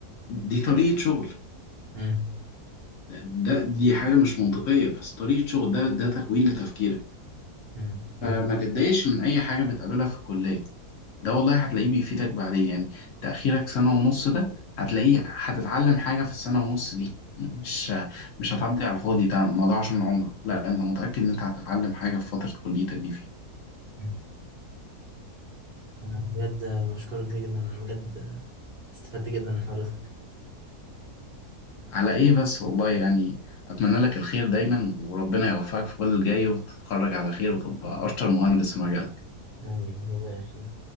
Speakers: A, on the left (about 65°); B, on the right (about 55°).
A: دي طريقة شغل
B: مم.
A: ده, ده دي حاجة مش منطقية بس طريقة شغل ده ده تكوين لتفكيرك
B: مم.
A: فما تتضايقش من أي حاجة بتقابلها في الكلية ده والله هتلاقيه بيفيدك بعدين يعني تأخيرك سنة ونص ده هتلاقيه هتتعلم حاجة في السنة ونص دي مش مش هتعدي على الفاضي ده ما ضاعش من عمرك لا أنت متأكد إن أنت هتتعلم حاجة في فترة كليتك دي فيها
B: مم. انا بجد بشكرك جدا جدا بجد استفدت جدا من حضرتك
A: على إيه بس والله يعني أتمنى لك الخير دايما وربنا يوفقك في كل الجاي وتتخرج على خير وتبقى أشطر مهندس في مجالك
B: آمين ربنا يخليك